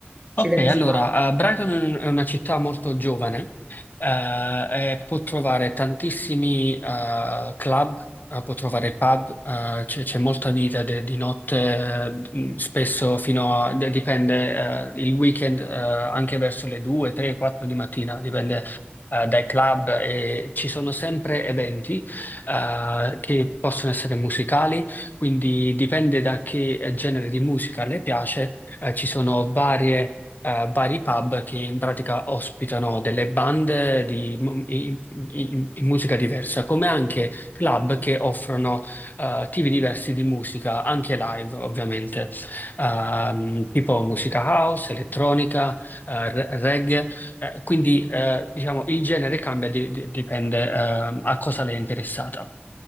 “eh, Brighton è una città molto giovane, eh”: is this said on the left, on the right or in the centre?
Left